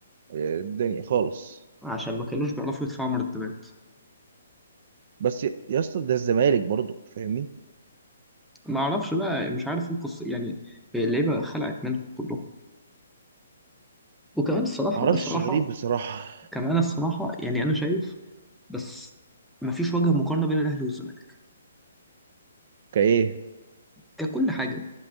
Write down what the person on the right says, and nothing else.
آه، الدنيا خالص
بس يا يا اسطى ده الزمالك برضو فاهمني
معرفش
غريب بصراحه
كايه